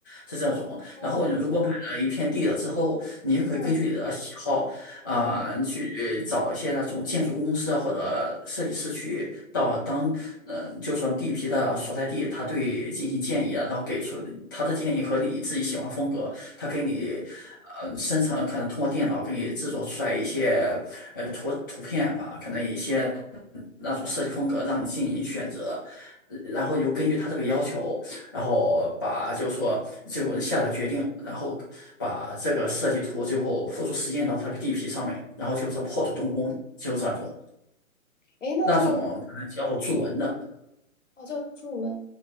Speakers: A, on the left; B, on the left.
A: 是这种，
B: 哦
A: 然后你如果买了一片地了之后，你也可以根据你的喜好啊、
B: 嗯嗯
A: 去找一些那种建筑公司啊或者设计师去到当呃，
B: 嗯
A: 就说地皮的所在地，他对进行建议啊，然后给出他的建议和你自己喜欢风格，他给你。
B: 嗯，
A: 呃，生成可能通过电脑给你制作出来一些呃图图片吧，可能一些那种设计风格让你进行选择，呃然后又根据他这个要求，
B: 哦，
A: 然后把就说最后下的决定，然后把这个设计图最后付出实践到他个地皮上面，然后就是破土动工，就是这种
B: 哎，那这个
A: 那种可能叫做筑文的，
B: 哦叫住文，